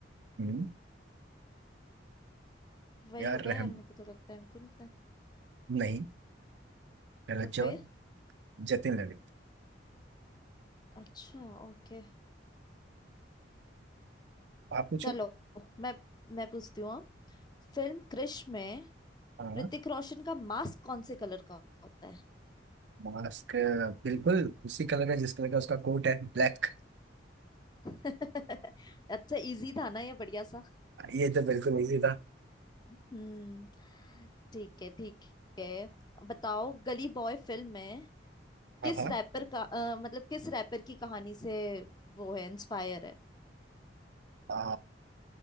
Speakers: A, on the right; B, on the left.
A: हम्म,
B: वही
A: यार
B: होगा
A: रहम
B: यार मेरे को तो लगता है मेरे को नहीं पता
A: नहीं रजत
B: तो फिर
A: जवान जतिन ललित
B: अच्छा ओके
A: आप पूछो
B: चलो मैं मैं पूछती हूँ अब फिल्म क्रिश में
A: हाँ
B: ऋतिक रोशन का मास्क कौन से कलर का होता है
A: मास्क बिल्कुल उसी कलर का जिस कलर का उसका कोट है ब्लैक
B: <laughs> अच्छा इजी था ना ये बढ़िया सा
A: ये तो बिल्कुल इजी था
B: हम्म ठीक है ठीक है बताओ गली बॉय फिल्म में
A: हाँ
B: किस
A: हाँ
B: रैपर का अ, मतलब किस रैपर की कहानी से वो है इंस्पायर है
A: आ,